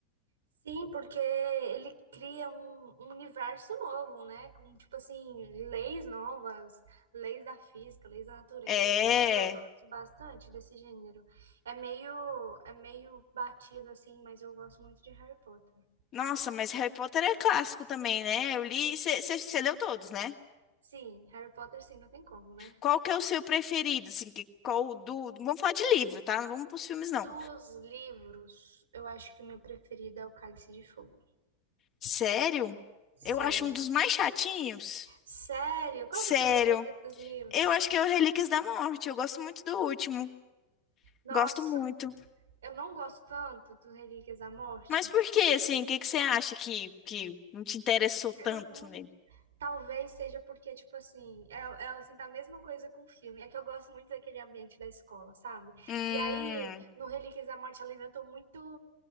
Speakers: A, on the right; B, on the left.
A: Sim, porque ele cria um, um universo novo, né? Com, tipo assim, leis novas, leis da física, leis da natureza,
B: É.
A: mas eu gosto bastante desse gênero. É meio, é meio batido, assim, mas eu gosto muito de Harry Potter.
B: Nossa, mas Harry Potter é clássico também, né? Eu
A: Sim,
B: li. Você leu todos, né?
A: Sim, Harry Potter, sim, não tem como, né?
B: Qual que é o seu preferido? Assim, que, qual do. Vamos falar de livro, tá? Não vamos pros filmes, não.
A: Dos livros, eu acho que o meu preferido é O Cálice de Fogo.
B: Sério?
A: Sério.
B: Eu acho um dos mais chatinhos.
A: Sério? Qual
B: Sério.
A: que é o seu preferido dos livros?
B: Eu acho que é o Relíquias da Morte. Eu gosto muito do último.
A: Nossa,
B: Gosto muito.
A: eu não gosto tanto do Relíquias da Morte.
B: Mas por que, assim? O que que você acha que, que não te interessou tanto
A: Eu-
B: nele?
A: Talvez seja porque, tipo assim, é, é assim, tá a mesma coisa com o filme. É que eu gosto muito daquele ambiente da escola, sabe?
B: Hum.
A: E aí, no Relíquias da Morte, ela inventou muito.